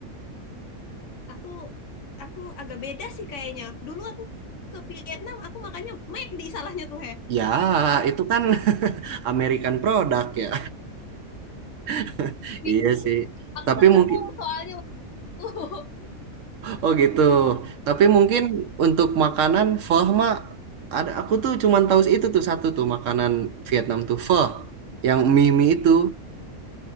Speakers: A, on the left (about 65°); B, on the right (about 70°).
A: aku aku agak beda sih kayaknya. Dulu aku ke Vietnam, aku makannya McD salahnya tuh, Heh.
B: Ya, itu kan <laughs> American product ya. <laughs>
A: Bingung.
B: Iya sih.
A: Aku
B: Tapi
A: tuh bingung
B: mungkin
A: soalnya waktu. <laughs>
B: oh gitu. Tapi mungkin untuk makanan pho mah ada aku tuh cuman tahu itu tuh satu tuh makanan Vietnam tuh pho yang mie mie itu.